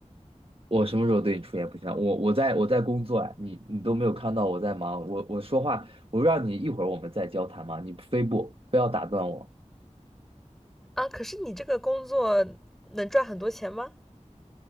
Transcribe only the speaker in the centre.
啊。可是你这个工作能赚很多钱吗？